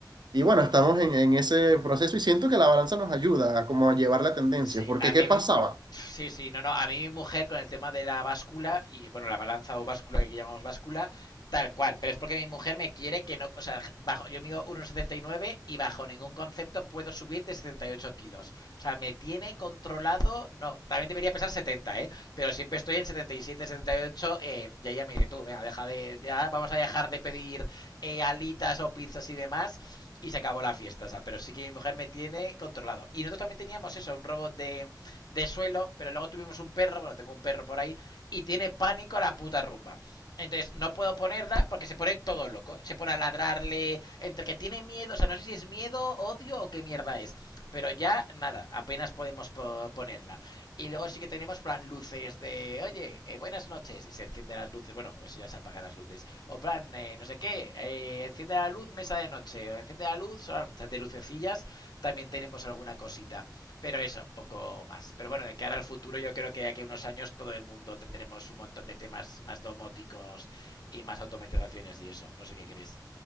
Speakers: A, on the right; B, on the left.
A: Y bueno, estamos en, en ese proceso y siento que la balanza nos ayuda a como a llevar la tendencia,
B: Sí,
A: porque
B: a mí
A: ¿qué pasaba?
B: me- Sí, sí, no, no. A mí mi mujer con el tema de la báscula, y bueno, la balanza o báscula que aquí llamamos báscula, tal cual. Pero es porque mi mujer me quiere que no. O sea, bajo, yo mido uno setenta y nueve y bajo ningún concepto puedo subir de 78 kilos. O sea, me tiene controlado. No, también debería pesar setenta ¿eh? Pero siempre estoy en setenta y 78. Eh, y ella me dice, tú, venga, deja de. Ya vamos a dejar de pedir eh, alitas o pizzas y demás. y se acabó la fiesta. O sea, pero sí que mi mujer me tiene controlado. Y nosotros también teníamos eso, un robot de, de suelo, pero luego tuvimos un perro, bueno, tengo un perro por ahí, y tiene pánico a la puta rumba. Entonces, no puedo ponerla porque se pone todo loco. Se pone a ladrarle, entre que tiene miedo, o sea, no sé si es miedo, odio o qué mierda es. Pero ya, nada, apenas podemos po- ponerla. Y luego sí que tenemos plan luces de, oye, eh, buenas noches, y se encienden las luces, bueno, eso ya se apagan las luces. O plan, eh, no sé qué, eh, enciende la luz, mesa de noche, o enciende la luz, de lucecillas, también tenemos alguna cosita. Pero eso, poco más. Pero bueno, de cara al futuro, yo creo que de aquí a unos años todo el mundo tendremos un montón de temas más domóticos y más automatizaciones y eso. No sé qué querés.